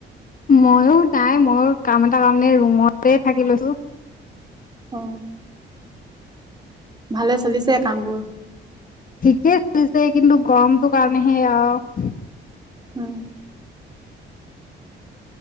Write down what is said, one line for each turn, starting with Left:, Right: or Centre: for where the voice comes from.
Left: ময়ো নাই ময়ো কাম এটা কাৰণে ৰুমতে থাকি লৈছোঁ
Right: অ', ভালে চলিছে কামবোৰ
Left: ঠিকেই চলিছে কিন্তু গৰমটো কাৰণেহে আৰু
Right: উম,